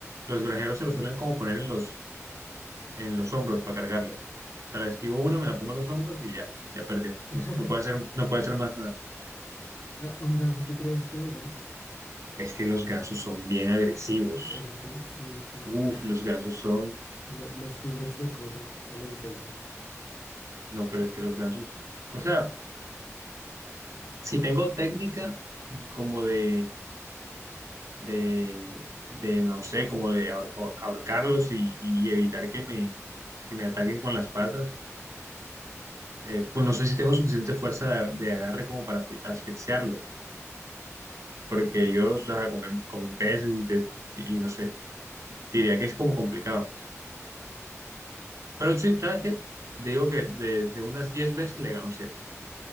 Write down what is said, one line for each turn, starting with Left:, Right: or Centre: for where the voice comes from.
Right: los granjeros se los suelen como poner en los, en los hombros para cargarlas. O sea, le esquivo una, me la pongo en los hombros y ya, ya perdió. No,
Left: <laughs>
Right: no puede hacer, no puede hacer más nada.
Left: ¿A a un ganso tú crees que le ganas?
Right: Es que los gansos son bien agresivos.
Left: Eso te... Sí, sí.
Right: Uf, los gansos son,
Left: Lo- los tigres le corren a los gansos.
Right: no, pero es que los gansos, o sea, si tengo técnica como de de, de, no sé, como de ahor- ahor- ahorcarlos y, y evitar que me, que me ataquen con las patas. Eh, pues no sé si tengo suficiente fuerza de, de agarre como para asfi- asfixiarlo, porque yo o sea, comen, comen peces y, te- y no sé, diría que es como complicado. Pero sí, ¿sabes qué? Digo que de, de unas 10 veces le gano siete